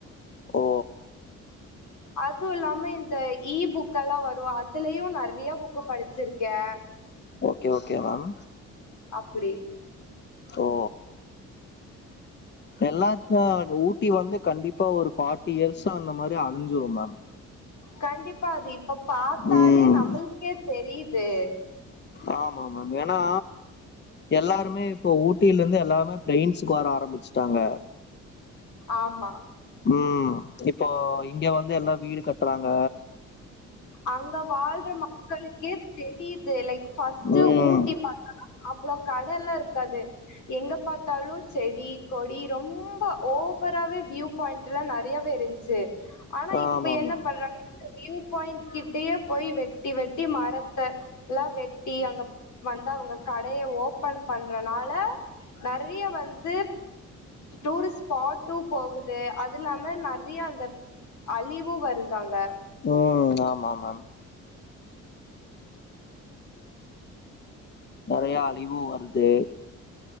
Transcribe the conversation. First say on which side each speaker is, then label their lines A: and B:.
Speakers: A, on the left (about 35°); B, on the left (about 70°).
A: ஓ
B: அதுவு இல்லாம இந்த இ புக்காலா வரு அதுலயு நறைய புக்கு படிச்சிருக்கேன்
A: ஓக்கே ஓக்கே மேம்
B: அப்டி
A: ஓ எல்லா த ஊட்டி வந்து கண்டிபா ஒரு ஃபாட் டியர்சா அந்த மாரி அழிஞ்சுரு மேம்
B: கண்டிப்பா அது இப்ப பாத்தாலே
A: ம்
B: நம்முளுக்கே தெரியுது
A: ஆமா மேம் ஏன்னா எல்லாருமே இப்போ ஊட்டிலருந்து எல்லாமே ப்லைன்ஸ்க்கு வர ஆரமிச்டாங்க
B: ஆமா
A: ம் இப்போ இங்கவந்து எல்லா வீடுகட்றாங்க
B: அங்க வால்ற மக்களுக்கே தெரியுது லைக் ஃபஸ்ட்
A: ம்
B: ஊட்டி பாத்தோனா அவ்ளோ கடல்லா இருக்காது எங்க பாத்தாலூ செடி கொடி ரொம்ப ஓவராவே வியூ ப்பாய்ண்ட்லா நறயவே இருந்ச்சு ஆனா
A: ஆமா
B: இப்ப என்ன
A: மேம்
B: பண்றாங்க இந்த வியூப் பாயிண்ட் கிட்டயே போய் வெட்டி வெட்டி மரத்த ல்லா வெட்டி அங்கப் வந்தா அவங்க கடய ஓபன் பண்றனால நறய வந்து டூரிஸ்ட் ஸ்பாட்டு போகுது அது இல்லாம நறய அந்தப் அழிவு வருது அங்க
A: ம் ஆமா மேம் நெறயா அழிவூ வருது